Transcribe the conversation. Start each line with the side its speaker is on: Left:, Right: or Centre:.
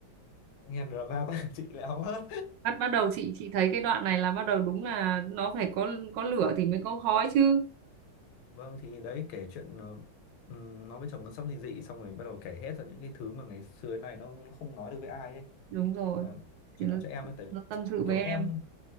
Left: nghe drama của <laughs> chị lại hóng hết
Right: bắt bắt đầu chị chị thấy cái đoạn này là bắt đầu đúng là nó phải có có lửa thì mới có khói chứ
Left: vâng thì đấy kể chuyện ờ, ừm, nó với chồng nó sắp ly dị xong rồi bắt đầu kể hết ra những cái thứ mà ngày xưa này nó không nói được với ai ấy
Right: đúng rồi
Left: mà chỉ
Right: thì nó,
Left: nói cho em thôi tại vì
Right: nó tâm sự với
Left: kiểu
Right: em
Left: em